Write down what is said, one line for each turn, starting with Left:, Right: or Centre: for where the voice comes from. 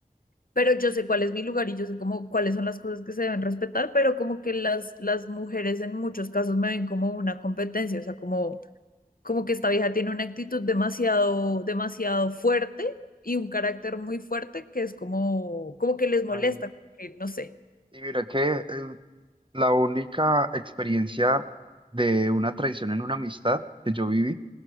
Left: pero yo sé cuál es mi lugar y yo sé como cuáles son las cosas que se deben respetar, pero como que las, las mujeres en muchos casos me ven como una competencia, o sea, como, como que esta vieja tiene una actitud demasiado, demasiado fuerte y un carácter muy fuerte que es como, como que les molesta,
Right: Ay,
Left: que no sé.
Right: y mira que eh, la única experiencia de una traición en una amistad que yo viví